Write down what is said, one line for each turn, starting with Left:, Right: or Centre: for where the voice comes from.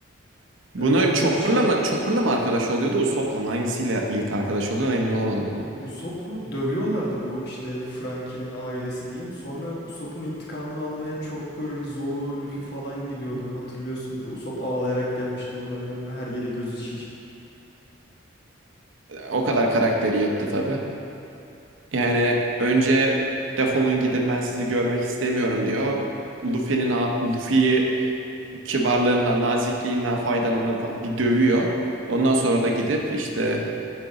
Right: Buna
Left: Evet hocam
Right: Chopper'la
Left: şey
Right: mı Chopper'la mı arkadaş oluyordu, Usopp'la mı? Hangisiyle ilk arkadaş oluyor emin olamadım ama.
Left: Usopp'u dövüyorlardı bu işte Frankie'nin ailesi diyeyim. Sonra Usopp'un intikamını almaya Chopper, Zoro, Luffy falan gidiyordu. Hatırlıyorsundur. Usopp ağlayarak gelmişti bunların yanına her yeri gözü şiş.
Right: O kadar karakteri yetti tabii. Yani önce defolun gidin ben sizi görmek istemiyorum diyor. Luffy'nin Luffy'yi kibarlığından, nazikliğinden faydalanıp bir dövüyor. Ondan sonra da gidip işte